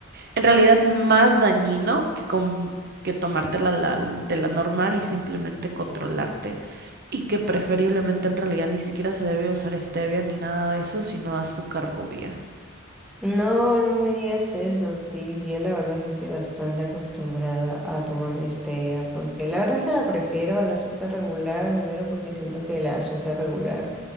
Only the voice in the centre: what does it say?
No, no me digas eso, Tiff. Yo la verdad es que estoy bastante acostumbrada a tomar mi stevia, porque la verdad es que la prefiero al azúcar regular, primero porque siento que el azúcar regular